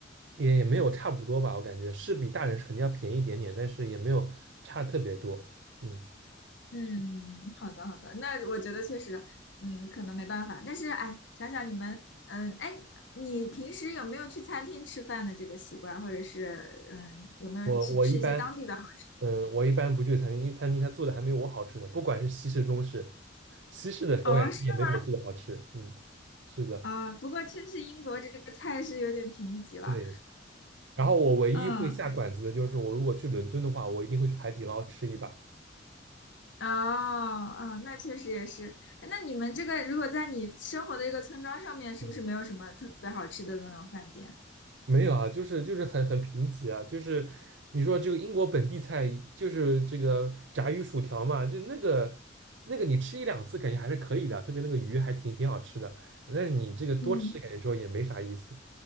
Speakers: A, on the right (about 70°); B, on the left (about 75°).
A: 也也没有差不多吧，我感觉是比大人是肯定要便宜一点点，但是也没有差特别多，嗯。
B: 嗯，好的好的，那我觉得确实，嗯，可能没办法。但是哎，想想你们，嗯，哎，你平时有没有去餐厅吃饭的这个习惯，或者是嗯，有没有去吃一些当地的好？
A: 我我一般，嗯，我一般不去餐厅，因为餐厅他做的还没有我好吃呢。不管是西式、中式，西式的口感也没有我做的好吃。
B: 哦，是吗？
A: 嗯，是的，
B: 啊，不过确实英国这个菜是有点贫瘠了。
A: 对。然后我唯一会下馆子的就是，
B: 嗯
A: 我如果去伦敦的话，我一定会去海底捞吃一把。
B: 哦，哦，那确实也是。哎那你们这个如果在你生活的一个村庄上面，是不是没有什么特别好吃的那种饭店？
A: 嗯，没有啊，就是就是很很贫瘠啊，就是你说这个英国本地菜，就是这个炸鱼薯条嘛，就那个那个你吃一两次感觉还是可以的，特别那个鱼还挺挺好吃的。但是你这个多吃感觉之后也没啥意思。
B: 嗯，